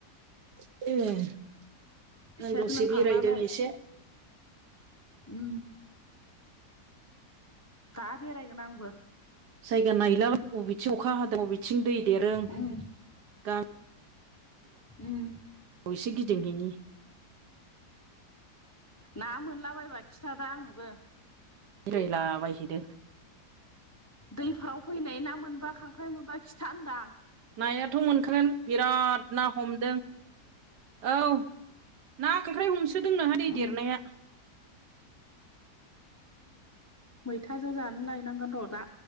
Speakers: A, on the right; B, on the left.
A: ए
B: एसे
A: आं दसे
B: लोंखांनानै
A: बेरायदों एसे है
B: उम दा बेरायगोन आंबो
A: जायगा नायला बबेथिं अखा हादों बबेथिं दै देरो
B: उम
A: गा-
B: उम
A: औ एसे गिदिंहैनि
B: ना मोनलाबायबा खिथादा आंनोबो
A: बिरायलाबायहैदों
B: दैफ्राव फैनाय ना मोनबा खांख्राइ मोनबा खिथा होनदां
A: नायाथ' मोनखागोन बिराद ना हमदों औ ना खांख्राय हमसोदोंनोहाय दै
B: उम
A: देरनाया
B: मैथाजों जानो लायनांगोन र' दा